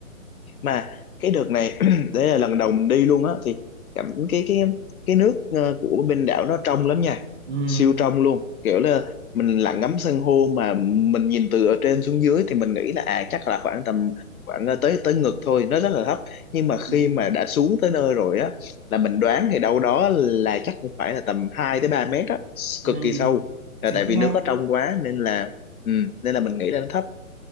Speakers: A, on the left (about 75°); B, on the right (about 45°).
A: mà cái đợt này <clears throat> đấy là lần đầu mình đi luôn á thì cảm cái cái cái nước ờ, của bên đảo nó trong lắm nha
B: ừ,
A: siêu trong luôn kiểu là mình lặn ngắm san hô mà mình nhìn từ ở trên xuống dưới thì mình nghĩ là à chắc là khoảng tầm khoảng ờ, tới tới ngực thôi nó rất là thấp nhưng mà
B: ừ,
A: khi mà đã xuống tới nơi rồi á là mình đoán thì đâu đó là chắc cũng phải là tầm 2 tới 3 mét á
B: ừ.
A: cực kỳ sâu là
B: chính
A: tại vì
B: xác
A: nước nó trong quá nên là ừ, nên là mình nghĩ là nó thấp